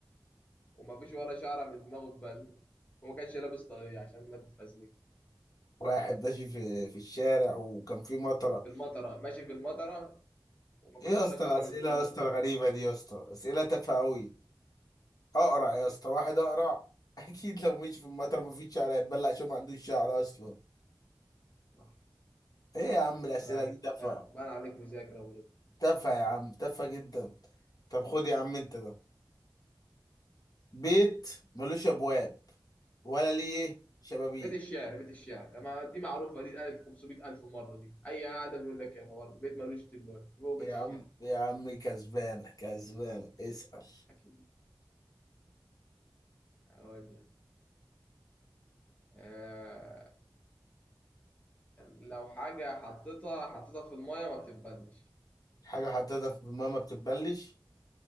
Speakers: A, on the left; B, on the left.
A: ومفيش ولا شعره من دماغه اتبل وما كانش لابس طاقيه عشان ما تتفزلك
B: واحد ماشي في في الشارع وكان في مطرة
A: في المطره ماشي في المطره ومفيش
B: ايه يا
A: ولا
B: اسطى
A: شعره
B: الأسئلة
A: من دماغه
B: يا اسطى
A: اتبل
B: الغريبة دي يا اسطى أسئلة تافهة أوي أقرع يا اسطى واحد أقرع <laughs> أكيد لو مشي في المطرة مفيش شعر هيتبلع عشان ما عندوش شعر أصلا
A: صح
B: ايه يا
A: صح
B: عم الأسئلة
A: انت بقى عليك
B: دي تافهة
A: بقى بقى عليك مذاكره
B: تافهة يا عم تافهة جدا طب خد يا عم انت ده بيت ملوش ابواب ولا ليه شبابيك
A: بيت الشعر بيت الشعر ما دي معروفه دي اتقالت 500000 مره دي اي قاعده بيقول لك الحوار ده بيت ملوش تبان هو بيت
B: يا
A: الشعر
B: عم يا عم كسبانة كسبانة اسأل
A: اكيد هقول لك آه... لو حاجه حطيتها حطيتها في الميه ما بتتبلش
B: حاجة حطيتها في ماما بتتبلش